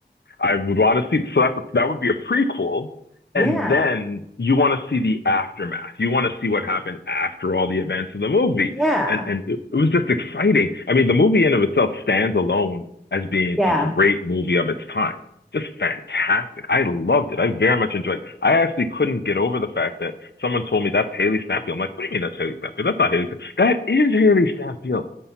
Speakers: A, on the left; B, in the centre.
A: I would want to see. So that's a, that would be a prequel,
B: Yeah.
A: and then you want to see the aftermath. You want to see what happened after all the events of the movie,
B: Yeah.
A: and and it, it was just exciting. I mean, the movie in of itself stands alone as being
B: Yeah.
A: a great movie of its time. Just fantastic. I loved it. I very much enjoyed it. I actually couldn't get over the fact that someone told me that's Haley Stanfield. I'm like, what do you mean that's Haley Stanfield? That's not Haley. Stanfield. That is Haley Stanfield.